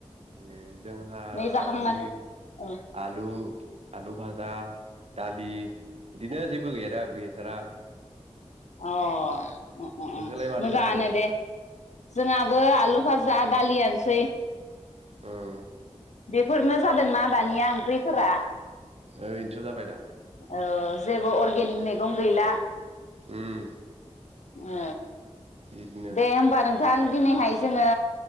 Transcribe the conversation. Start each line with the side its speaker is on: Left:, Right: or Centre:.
Right: ए जोंहा
Left: नै जाखांनानै
Right: इ
Left: औ
Right: आलु आलु भाजा दालि इदिनो जेबो गैरा गैथारा।
Left: अ अ अ
Right: नोंसोरलाय
Left: अ
Right: माथो
Left: मोजाङानो
Right: जाखो
Left: दे जोंहाबो आलु फाज जा दालि आनसै।
Right: उम
Left: बेफोरनो जादोंना दानिया ओंख्रिफोरा।
Right: ओ इनथ' जाबाय दा।
Left: ओ जेबो अर्गेनिक मेगं गैला।
Right: उम
Left: ओ
Right: बिदिनो
Left: दे होमबा नोंथां दिनैहाय जोङो